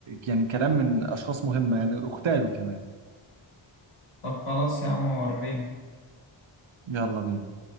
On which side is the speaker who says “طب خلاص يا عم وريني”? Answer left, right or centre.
Left